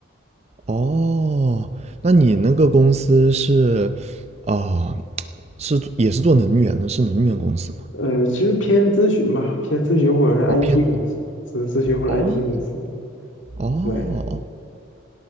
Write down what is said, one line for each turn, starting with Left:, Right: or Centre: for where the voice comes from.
Right: 哦，那你那个公司是啊、是也是做能源的，是能源公司吗？
Left: 呃，其实偏咨询吧，偏咨询或者是 IT
Right: 哦，偏
Left: 公司，咨咨询或者
Right: 哦
Left: IT 公司。
Right: 哦，
Left: 对，